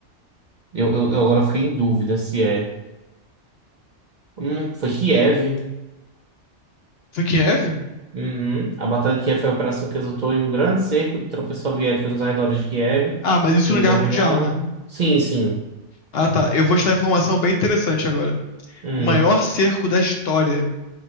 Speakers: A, on the right (about 55°); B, on the left (about 60°).
A: Eu, eu, eu agora fiquei em dúvida se é. Hum, foi Kiev.
B: Foi Kiev?
A: Uhum. A Batalha de Kiev foi a operação que resultou em um grande cerco de tropas soviéticas nos arredores de Kiev.
B: Ah, mas isso
A: Segunda
B: na Guerra
A: Guerra
B: Mundial,
A: Mundial.
B: né?
A: Sim, sim.
B: Ah, tá. Eu vou te dar informação bem interessante agora.
A: Hum.
B: O maior cerco da história